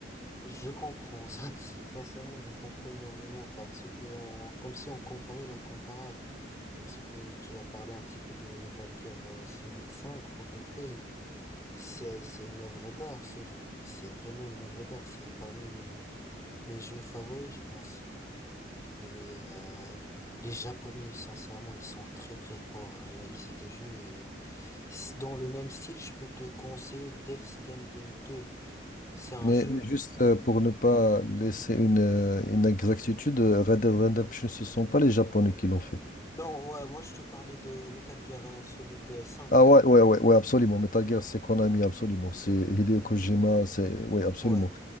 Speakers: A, on the left; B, on the left.
A: Je comprends, <laughs> ça. sincèrement, je comprends énormément parce que, on- comme si on comparait l'incomparable, parce que tu as parlé un petit peu de Metal Gear euh, Solid 5, Phantom Pain, c'est, c'est une œuvre d'art, ce jeu, c'est vraiment une œuvre d'art, c'est parmi mes, mes jeux favoris, je pense. Et euh, les Japonais, sincèrement, ils sont très très forts à réaliser des jeux et s- dans le même style, je peux te conseiller Death Standing 2, c'est un
B: Mais,
A: jeu
B: mais juste euh, pour ne pas laisser une, euh, une exactitude, euh, Red Dead Redemption, ce ne sont pas les Japonais qui l'ont fait.
A: Non, ouais, moi je te parlais de Metal Gear euh, Solid 5.
B: Ah ouais, ouais, ouais, ouais, absolument. Metal Gear, c'est Konami, absolument. C'est Hideo Kojima, c'est... Oui, absolument.
A: Ouais,